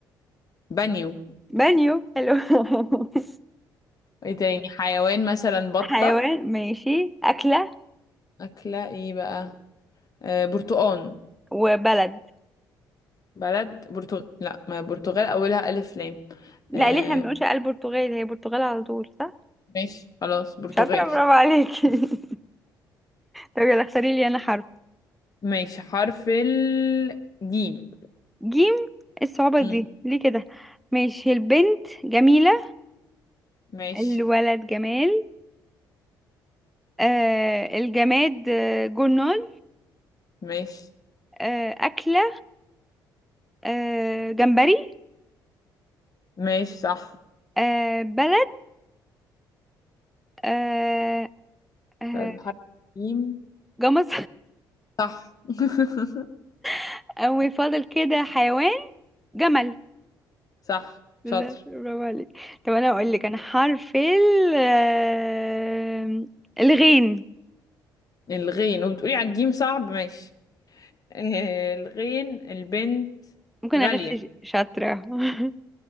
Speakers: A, on the left; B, in the centre.
A: بانيو
B: بانيو حلو <laughs>
A: ايه تاني حيوان مثلا بطة
B: حيوان ماشي أكلة
A: أكلة ايه بقى آه برتقان
B: وبلد
A: بلد برتغال لا ما برتغال أولها ألف لام
B: لا
A: آه
B: ليه احنا ما بنقولش البرتغال هي برتغال على طول صح
A: ماشي خلاص برتغال
B: شاطرة برافو عليكي <laughs> طب يلا اختاري لي انا حرف
A: ماشي حرف الجيم
B: جيم إيه الصعوبة
A: مم.
B: دي ليه كده ماشي البنت جميلة
A: ماشي
B: الولد جمال آه الجماد آه جرنال
A: ماشي
B: آه أكلة آه جمبري
A: ماشي صح
B: آه بلد آه آه
A: بلد بحرف الجيم
B: جمص
A: صح <laughs>
B: <laughs> وفاضل كده حيوان جمل
A: صح
B: لا
A: شاطر
B: برافو عليك طب انا اقول لك انا حرف ال آه، الغين
A: الغين وبتقولي على الجيم صعب ماشي آه، الغين البنت
B: ممكن
A: غالية
B: اغش شاطرة <laughs>